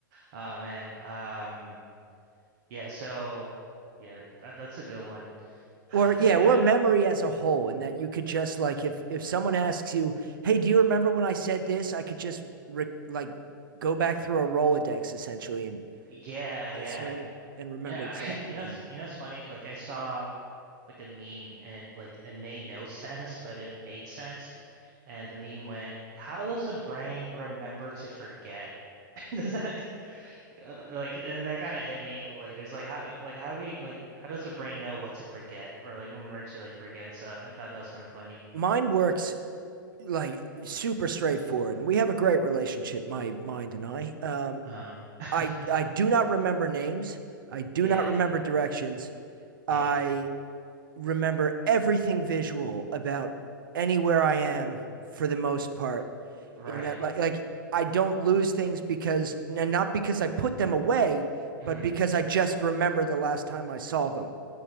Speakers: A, on the right; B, on the right.
A: Oh man. Um. Yeah. So. Yeah. That, that's a good one.
B: <laughs>
A: I
B: or
A: think
B: yeah,
A: I
B: or
A: got.
B: memory as a whole, and that you could just like if if someone asks you, "Hey, do you remember when I said this?" I could just re- like go back through a Rolodex essentially and
A: Yeah. Yeah.
B: isolate it and remember
A: Yeah.
B: exactly
A: <laughs> You
B: what
A: know.
B: happened.
A: it's- You know. It's funny. Like I saw like a meme and like it made no <laughs> sense, but it made sense. And the meme went, "How does the brain remember to forget?" <laughs> Does that Uh, like, and that kind of hit me later. It's like, how, like, how do we, like, how does the brain know what to forget or like remember to like forget? So I thought that was kind of funny.
B: Mine works like super straightforward. and We have a great relationship, my mind and I. Um,
A: Uh, <laughs>
B: I I do not remember names. I do
A: yeah,
B: not remember directions.
A: yeah,
B: I remember everything visual about anywhere I am for the most part.
A: right.
B: In that, like, like I don't lose things because, and not because I put them away,
A: hmm
B: but because I just remember the last time I saw them.